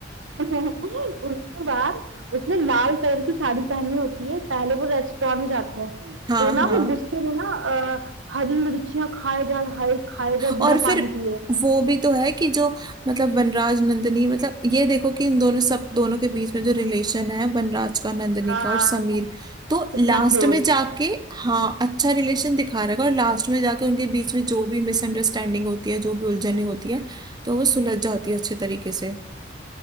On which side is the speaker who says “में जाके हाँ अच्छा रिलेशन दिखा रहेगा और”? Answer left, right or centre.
Right